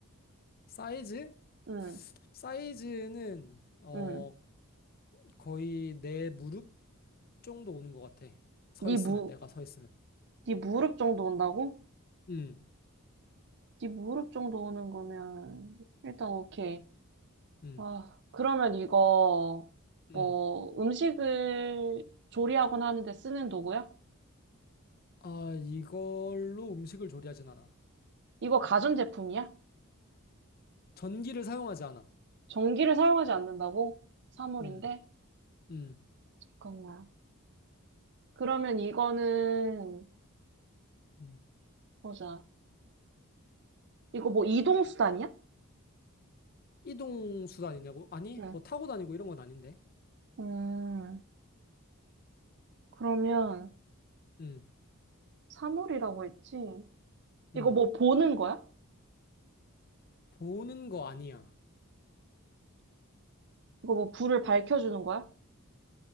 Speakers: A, on the left (about 45°); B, on the right (about 55°).
A: 사이즈?
B: 응,
A: 사이즈는 어
B: 응.
A: 거의 내 무릎 정도 오는 것 같아. 서
B: 네
A: 있으면
B: 무,
A: 내가 서 있으면.
B: 네 무릎 정도 온다고?
A: 음,
B: 네 무릎 정도 오는 거면 일단 오케이.
A: 음,
B: 아, 그러면 이거
A: 음.
B: 뭐 음식을 조리하곤 하는데 쓰는 도구야?
A: 아 이걸로 음식을 조리하진 않아.
B: 이거 가전제품이야?
A: 전기를 사용하지 않아.
B: 전기를 사용하지 않는다고? 사물인데?
A: 음, 음,
B: 잠깐만. 그러면 이거는
A: 음.
B: 보자. 이거 뭐 이동수단이야?
A: 이동 수단이냐고? 아니
B: 응.
A: 뭐 타고 다니고 이런 건 아닌데.
B: 음, 그러면
A: 음,
B: 사물이라고 했지? 이거
A: 음.
B: 뭐 보는 거야?
A: 보는 거 아니야.
B: 이거 뭐 불을 밝혀주는 거야?